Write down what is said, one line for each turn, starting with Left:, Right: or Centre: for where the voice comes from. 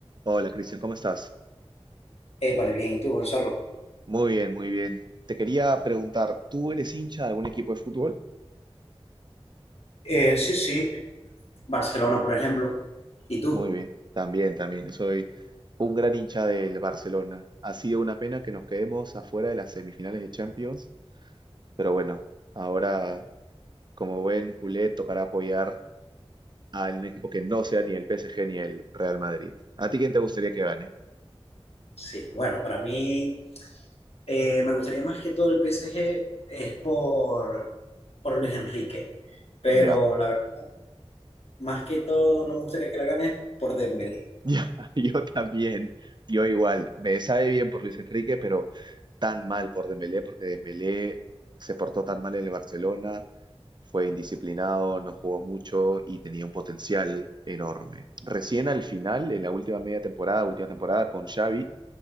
Right: Hola Cristian, ¿cómo estás?
Left: Épale, bien, ¿y tú, Gonzalo?
Right: Muy bien, muy bien. Te quería preguntar, ¿tú eres hincha de algún equipo de fútbol?
Left: Eh, sí, sí, Barcelona, por ejemplo. ¿Y tú?
Right: Muy bien, también, también. Yo Soy un gran hincha del Barcelona. Ha sido una pena que nos quedemos afuera de las semifinales de Champions, pero bueno, ahora como buen culé tocará apoyar a un equipo que no sea ni el PSG ni el Real Madrid. ¿A ti quién te gustaría que gane?
Left: Sí, bueno, para mí eh, me gustaría más que todo el PSG es por, por Luis Enrique, pero
Right: Ya.
Left: la verdad, más que todo no me gustaría que la ganes por Dembélé.
Right: Yo, <laughs> yo también, yo igual. Me sabe bien por Luis Enrique, pero tan mal por Dembélé, porque Dembélé se portó tan mal en el Barcelona, fue indisciplinado, no jugó mucho y tenía un potencial enorme. Recién al final, en la última media temporada, última temporada con Xavi,